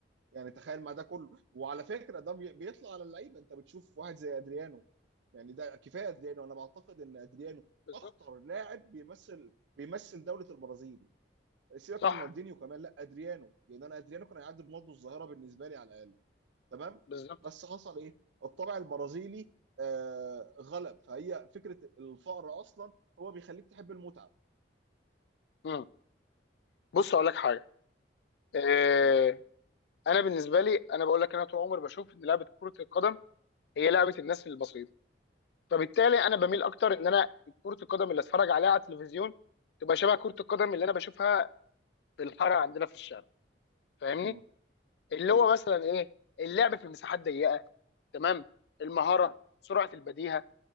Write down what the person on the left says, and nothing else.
بالظبط
صح
بالظبط
امم بص اقول لك حاجه آه
انا بالنسبه لي انا بقول لك انا طول عمري بشوف ان لعبه كره القدم هي لعبه الناس البسيطه فبالتالي انا بميل
اكتر ان انا كره القدم اللي اتفرج عليها على التلفزيون تبقى شبه كره القدم اللي انا بشوفها في الحاره عندنا في الشارع فاهمني
اللي
هو مثلا ايه اللعب في مساحات ضيقه تمام المهاره
سرعه البديهه